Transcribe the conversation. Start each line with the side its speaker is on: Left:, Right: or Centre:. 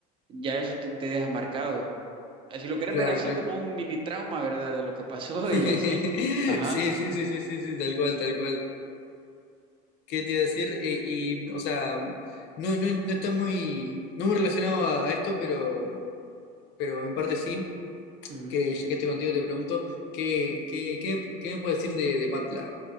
Right: ya eso te, te deja marcado. Si lo quieres
Left: Claro,
Right: ver así
Left: claro.
Right: como un mini trauma, ¿verdad? De lo que <laughs> pasó
Left: <laughs> Sí,
Right: y así. Ajá.
Left: sí, sí, sí, sí, sí, tal cual, tal cual. ¿Qué te iba a decir? Eh, y, o sea, no, no, no está muy, no muy relacionado a, a esto, pero, pero en parte sí,
Right: Ujú,
Left: que ya que estoy contigo te pregunto, ¿qué, qué, qué, qué me puedes decir de, de MATLAB?